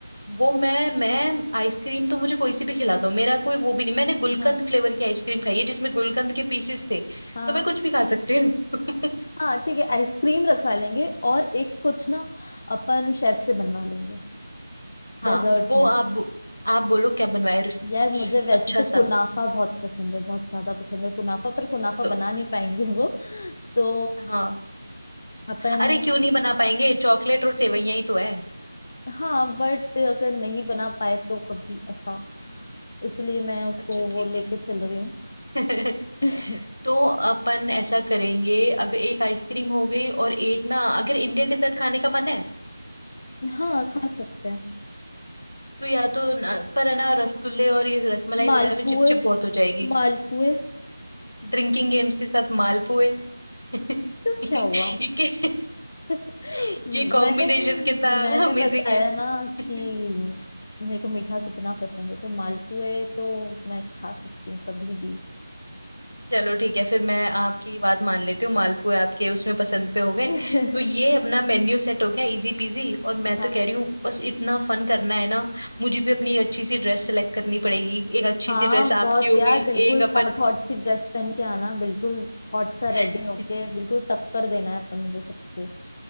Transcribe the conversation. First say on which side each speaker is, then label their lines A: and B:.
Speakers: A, on the left; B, on the left.
A: वो मैं मैं आइसक्रीम तो मुझे कोई सी भी खिला दो मेरा कोई वो भी नहीं मैंने गुलकंद
B: हाँ
A: फ्लेवर की आइसक्रीम खाई है जिसमें गुलकंद के पीसेस थे
B: हाँ
A: तो मैं कुछ भी खा सकती हूँ <laughs>
B: हाँ ठीक है आइसक्रीम रखवा लेंगे और एक कुछ ना अपन शेफ से बनवा लेंगे
A: हाँ
B: डेजर्ट
A: वो
B: में
A: आप आप बोलो क्या बनवाए
B: यार
A: कुछ
B: मुझे वैसे
A: अच्छा
B: तो
A: सा
B: कुनाफा बहुत पसंद है बहुत ज्यादा पसंद है कुनाफा पर कुनाफा
A: तो
B: बना नहीं पाएंगे वो तो
A: हाँ
B: अपन
A: अरे क्यों नहीं बना पाएंगे चॉकलेट और सेवैया ही तो है
B: हाँ बट अगर नहीं बना पाए तो कभी ऐसा इसलिए मैं उसको
A: अच्छा
B: वो
A: ठीक
B: लेके
A: है
B: चल रही हूँ
A: <laughs>
B: <laughs>
A: तो अपन ऐसा करेंगे अगर एक आइसक्रीम हो गई और एक ना अगर इंडियन डेजर्ट खाने का मन है
B: हाँ खा सकते हैं
A: तो या तो न- पर है ना रसगुल्ले और ये रसमलाई
B: मालपुए
A: वगैरह में चिपचिप बहुत हो जाएगी
B: मालपुए
A: ड्रिंकिंग गेम्स के साथ मालपुए <laughs>
B: तो क्या
A: ये
B: हुआ
A: के-
B: <laughs>
A: <laughs>
B: मैंने
A: ये कॉम्बिनेशन कितना
B: मैंने
A: अमेजिंग
B: बताया
A: है
B: ना
A: <laughs>
B: कि मेरे को मीठा कितना पसंद है तो मालपुए तो मैं खा सकती हूँ कभी भी
A: चलो ठीक है फिर मैं आपकी बात मान लेती हूँ मालपुए आपके उसमें पसंद पे हो गए
B: <laughs>
A: तो ये अपना मेन्यू सेट हो गया इजी पीजी और मैं
B: हाँ
A: तो कह रही हूँ बस इतना फन करना है ना मुझे भी अपनी एक अच्छी सी ड्रेस सेलेक्ट करनी पड़ेगी एक अच्छी
B: हाँ
A: सी ड्रेस
B: बहुत
A: आपकी हो
B: यार
A: गई एक
B: बिल्कुल
A: अपन
B: हॉट हॉट सी ड्रेस पहन के आना बिल्कुल हॉट सा रेडी
A: <laughs>
B: होके बिल्कुल टक्कर देना है अपन को सबको